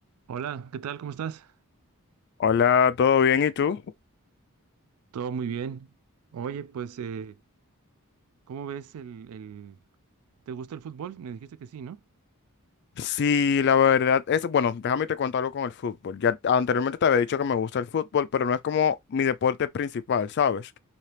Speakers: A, on the right; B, on the left.
A: Hola, ¿qué tal? ¿Cómo estás?
B: Hola, ¿todo bien? ¿Y tú?
A: Todo muy bien. Oye, pues, eh, ¿cómo ves el, el... ¿Te gusta el fútbol? Me dijiste que sí, ¿no?
B: Sí, la verdad es, bueno, déjame te contarlo con el fútbol. Ya anteriormente te había dicho que me gusta el fútbol, pero no es como mi deporte principal, ¿sabes?